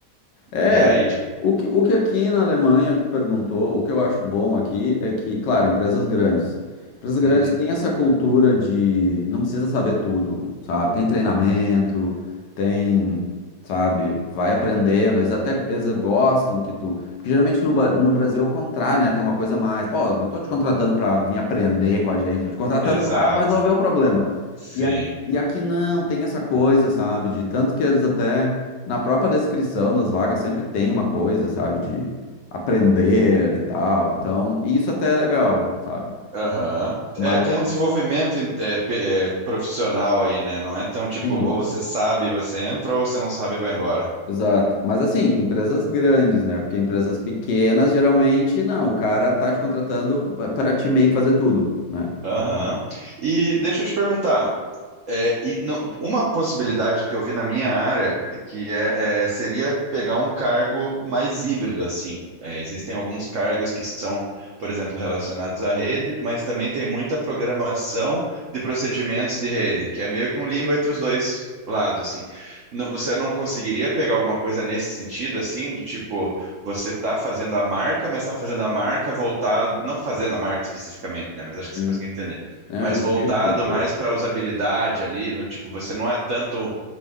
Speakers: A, on the left; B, on the right.
A: É,
B: E aí, tipo,
A: o que, o que aqui na Alemanha, que tu perguntou, o que eu acho bom aqui é que, claro, empresas grandes. Empresas grandes
B: uhum,
A: têm essa cultura de não precisa saber tudo, sabe? Tem treinamento, tem, sabe, vai aprendendo. Eles até eles gostam que tu. Porque geralmente no, Ba- no Brasil é o contrário, né? Tem uma coisa a mais. Pô, eu não tô te contratando pra vir aprender com a gente, tô te contratando
B: exato,
A: pra resolver o problema.
B: sim.
A: E, a, e aqui não, tem essa coisa, sabe? De tanto que eles até. Na própria descrição das vagas sempre tem uma coisa, sabe, de aprender e tal. Então, isso até é legal, sabe?
B: Aham.
A: Mas,
B: É, tem um desenvolvimento é, pe- é, profissional aí, né? Não é tão tipo,
A: sim,
B: ou você sabe e você entra, ou você não sabe e vai embora.
A: exato. Mas, assim, empresas grandes, né? Porque empresas pequenas, geralmente, não. O cara tá te contratando para te meio que fazer tudo, né?
B: Aham.
A: Então,
B: E deixa eu te perguntar, É, e não- uma possibilidade que eu vi na minha área que é, é, seria pegar um cargo mais híbrido, assim. É, existem alguns cargos que são, por exemplo, relacionados à rede, mas também tem muita programação de procedimentos de rede, que é meio que um limbo entre os dois lados, assim. Não- você não conseguiria pegar alguma coisa nesse sentido, assim, do tipo, você está fazendo a marca, mas está fazendo a marca voltado, não fazendo a marca especificamente, né? Mas acho que
A: sim.
B: você conseguiu entender
A: Não,
B: mas
A: entendi
B: voltado
A: o que tu quis dizer.
B: mais para usabilidade ali, no tipo, você não é tanto